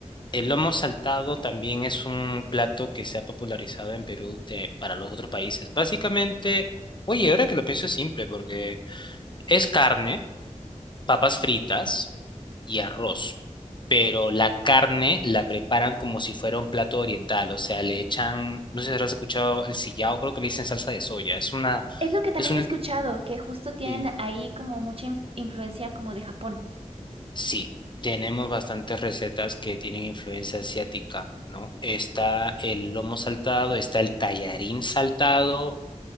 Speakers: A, on the left; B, on the right.
A: El lomo saltado también es un plato que se ha popularizado en Perú de- para los otros países. Básicamente, oye, ahora que lo pienso es simple, porque es carne, papas fritas y arroz. Pero la carne la preparan como si fuera un plato oriental, o sea, le echan, no sé si habrás escuchado el sillao, creo que le dicen salsa de soya. Es una,
B: Es lo que también
A: es un,
B: he escuchado, que justo tienen
A: eh,
B: ahí como mucha inf- influencia como de Japón.
A: sí, tenemos bastantes recetas que tienen influencia asiática, ¿no? Está el lomo saltado, está el tallarín saltado,